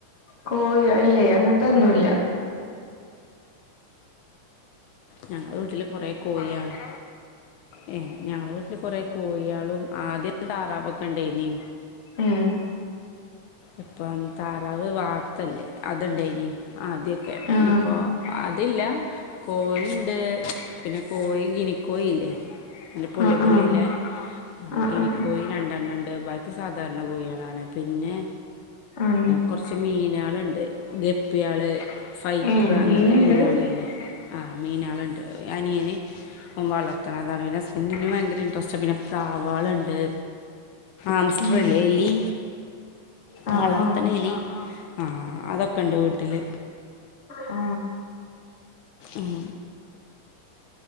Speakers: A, on the left; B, on the left.
A: കോയി അല്ലേ അങ്ങത്തൊന്നുല്ല
B: ഞങ്ങള വീട്ടില് കുറ കോഴിയാളും ഏ ഞങ്ങള വീട്ടിൽ കുറ കോഴിയാളും ആദ്യത് താറാവൊക്കെ ഇണ്ടേനീ
A: ഏഹ്
B: ഇപ്പം താറാവ് വാത്തല്ലേ? അതുണ്ടായിനി ആദ്യൊക്കെ
A: ആഹ്
B: ഇപ്പോ അതില്ല കോഴുണ്ട് പിന്നെ കോഴി ഗിനി കോഴി ഇല്ലേ നല്ല പുള്ളി
A: ആഹ്
B: പുള്ളിയില്ലേ
A: ആഹ്
B: ആ
A: ആഹ്
B: ഗിനിക്കോഴി
A: ആഹ്
B: രണ്ടെണ്ണം ഉണ്ട് ബാക്കി സാധാരണ കോഴികളാണ് പിന്നെ
A: ആണ്
B: കുറച്ച് മീനാലുണ്ട് ഗപ്പിയള് ഫൈറ്റർ
A: ഏ
B: അങ്ങനത്തെ
A: മീനുണ്ട്
B: മീനാളില്ലേ ആ മീനാളുണ്ട് അനിയന് വളർത്തണം അതാണ്. പിന്നെ ഹസ്ബന്റിന് ഭയങ്കര ഇൻട്രസ്റ്റ് പിന്നെ പ്രാവാളുണ്ട് ആംസ്റ്റർലെ
A: ഉം
B: എലി
A: ആ
B: വളർത്തണ
A: ആ
B: എലി ആ അതൊക്കെ ഇണ്ട് വീട്ടില്
A: ആ
B: ഉം